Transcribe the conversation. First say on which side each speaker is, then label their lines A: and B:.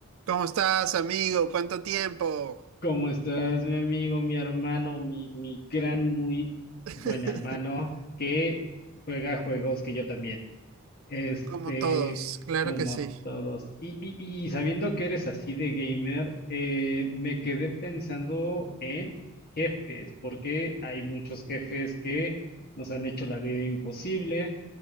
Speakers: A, on the right; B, on the left.
A: ¿Cómo estás, amigo? ¿Cuánto tiempo?
B: ¿Cómo estás, mi amigo, mi hermano, mi, mi gran, muy
A: <laughs>
B: buen hermano que juega juegos que yo también? Este,
A: Como todos, claro
B: como
A: que sí.
B: todos. Y, y, y sabiendo que eres así de gamer, eh, me quedé pensando en jefes, porque hay muchos jefes que nos han hecho la vida imposible.